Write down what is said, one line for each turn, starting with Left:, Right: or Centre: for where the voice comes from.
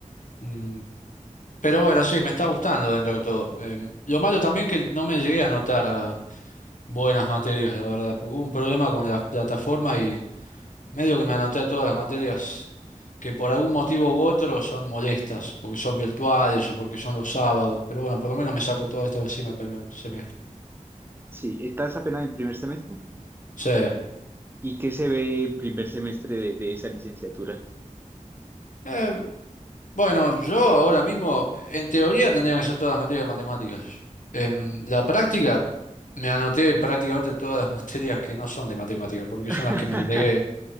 Left: y mm, Pero bueno, sí, me está gustando dentro de todo. Em, lo malo también que no me llegué a anotar a buenas materias, la verdad, porque hubo un problema con la plataforma y medio que me anoté a todas las materias que por algún motivo u otro son molestas, porque son virtuales o porque son los sábados. Pero bueno, por lo menos me saco todo esto de encima el primer semestre.
Right: Sí, estás apenas en el primer semestre.
Left: Sí.
Right: ¿Y qué se ve el primer semestre de, de esa licenciatura?
Left: Eh, bueno, yo ahora mismo, en teoría, tendría que ser todas las materias de matemáticas. En la práctica, me anoté prácticamente todas las <laughs> materias que no son de matemática, porque
Right: <laughs>
Left: son las que me llegué